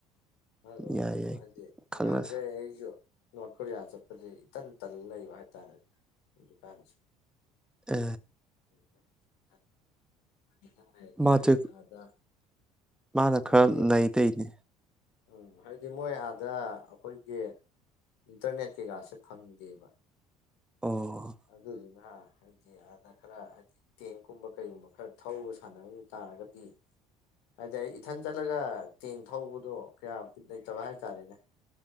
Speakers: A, on the left; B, in the centre.
A: ꯑꯗꯣ
B: ꯌꯥꯏ ꯌꯥꯏ
A: ꯍꯥꯏꯗꯤ
B: ꯈꯪꯅꯁꯦ
A: ꯉꯥꯍꯥꯟꯒꯩ ꯑꯩꯖꯨ ꯅꯣꯔꯠ ꯀꯣꯔꯤꯌꯥ ꯆꯠꯄꯗꯤ ꯏꯇꯟ ꯇꯟ ꯂꯩꯕ ꯍꯥꯏꯇꯥꯔꯦꯅꯦ ꯍꯧꯖꯤꯛꯀꯥꯟꯁꯦ
B: ꯑ
A: <unintelligible> <unintelligible>
B: ꯃꯥꯁꯦ ꯃꯥꯅ
A: ꯍꯥꯏꯗꯤ
B: ꯈꯔ ꯅꯩ ꯇꯩꯅꯦ
A: ꯎꯝ ꯍꯥꯏꯗꯤ ꯃꯣꯏ ꯑꯥꯗ ꯑꯩꯈꯣꯏꯒꯤ ꯏꯟꯇꯔꯅꯦꯠ ꯀꯩꯀꯥꯁꯦ ꯐꯪꯗꯦꯕ
B: ꯑꯣ
A: ꯑꯗꯨꯗꯨꯅ ꯍꯥꯏꯗꯤ ꯑꯥꯗ ꯈꯔ ꯍꯥꯏꯗꯤ ꯇꯦꯡꯀꯨꯝꯕ ꯀꯩꯒꯨꯝꯕ ꯈꯔ ꯊꯧꯕ ꯁꯥꯟꯅꯕ ꯇꯥꯔꯒꯗꯤ ꯍꯥꯏꯗꯤ ꯑꯩ ꯏꯊꯟ ꯆꯠꯂꯒ ꯇꯦꯡ ꯊꯧꯕꯗꯣ ꯀꯌꯥ ꯂꯩꯇꯕ ꯍꯥꯏꯇꯥꯔꯦꯅꯦ